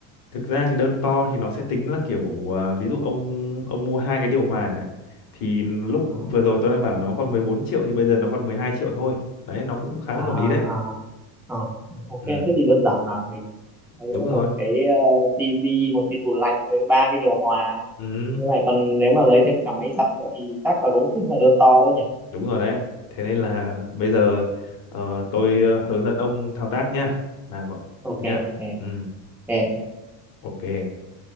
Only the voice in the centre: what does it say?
Ờ.
à,
à,
Ờ, ok
thế thì đơn giản là mình thấy
một cái uh, tivi một cái tủ lạnh với ba cái điều hòa
như lại còn nếu mà lấy thêm cả máy giặt nữa thì chắc là cũng tính là đơn to đấy nhỉ
ok
ok
ok